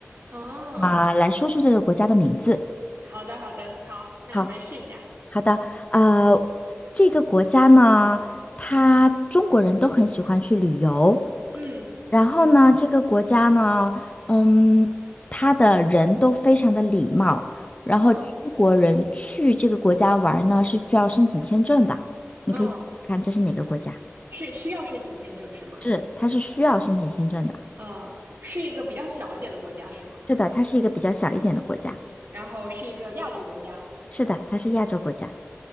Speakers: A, on the right; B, on the left.
A: 哦，
B: 啊，来说出这个国家的名字。
A: 好的，好的，好，那我们来试一下。
B: 好，好的，呃，这个国家呢，它中国人都很喜欢去旅游。
A: 嗯，
B: 然后呢，这个国家呢，嗯，他的人都非常的礼貌，然后中国人去这个国家玩呢是需要申请签证的，
A: 嗯，
B: 你可以看这是哪个国家？
A: 嗯，是需要申请签证是吗？
B: 是，它是需要申请签证的。
A: 呃，是一个比较小一点的国家是吗？
B: 是的，它是一个比较小一点的国家。
A: 然后是一个亚洲国家，
B: 是的，它是亚洲国家。